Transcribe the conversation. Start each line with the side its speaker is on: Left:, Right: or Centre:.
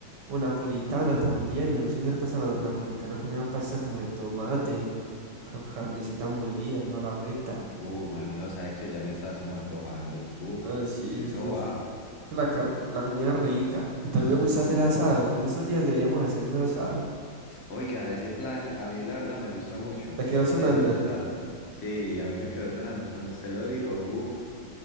Right: O napolitana también. Me gusta hacer pasta na- napolitana con una pasta como de tomate, con carnecita molida, toda la vuelta.
Left: Uh, mano, no, sabes que ya me estás como antojando. Uf,
Right: Ah, sí,
Left: eso
Right: esto es,
Left: va.
Right: es que la, car- la comida es rica. Y también me gusta hacer asados. En estos días deberíamos hacer un asado.
Left: Oiga, ese plan a mí la verdad me gusta mucho,
Right: Me quedó
Left: ese
Right: sonando.
Left: de los asados. Sí, a mí me quedó sonando cuando usted lo dijo, uff,